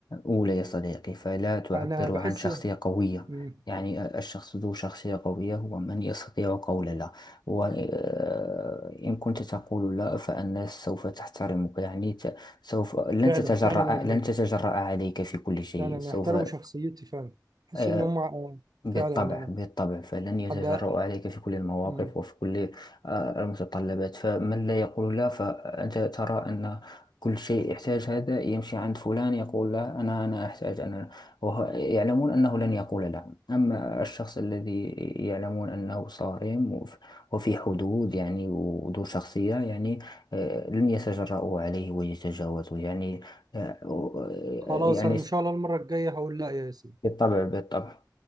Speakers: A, on the left; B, on the right.
A: أولى يا صديقي فلا تعبر
B: فأنا بحس
A: عن شخصية قوية
B: مم.
A: يعني الشخص ذو شخصية قوية هو من يستطيع قول لا وإن كنت تقول لا فالناس سوف تحترمك يعني ت- سوف لن
B: فعلا
A: تتجرأ
B: فعلا ال-
A: لن تتجرأ عليك في كل شيء
B: فعلا
A: سوف
B: يحترموا شخصيتي فعلا بحس
A: آه،
B: إن هم آه،
A: بالطبع
B: فعلا أنا
A: بالطبع فلن يتجرؤ
B: أبقى
A: عليك في كل المواقف
B: مم.
A: وفي كل آه، المتطلبات فمن لا يقول لا فأنت ترى أن كل شيء يحتاج هذا يمشي عند فلان يقول لا أنا أنا أحتاج أنا وهو يعلمون أنه لن يقول لا أما الشخص الذي يعلمون أنه صارم وف- وفي حدود يعني وذو شخصية يعني آه، لن يتجرؤوا عليه ويتجاوزوا يعني آه، آه،
B: خلاص
A: يعني
B: أنا إن شاء الله المرة الجاية هقول لأ يا ياسين
A: بالطبع بالطبع